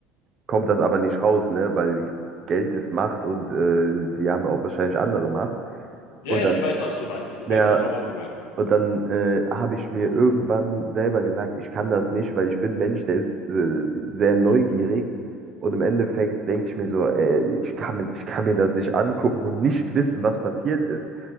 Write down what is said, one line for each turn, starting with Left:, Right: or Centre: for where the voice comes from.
Right: kommt das aber nicht raus, ne? Weil Geld ist Macht und äh, die haben auch wahrscheinlich andere Macht.
Left: Ja,
Right: Und
Left: ja,
Right: dann,
Left: ich weiß, was du meinst. Ich
Right: ja,
Left: weiß genau, was du meinst.
Right: und dann äh, habe ich mir irgendwann selber gesagt, ich kann das nicht, weil ich bin ein Mensch, der ist äh, sehr neugierig. Und im Endeffekt denke ich mir so, ey, ich kann mir, ich kann mir das nicht angucken und nicht wissen, was passiert ist.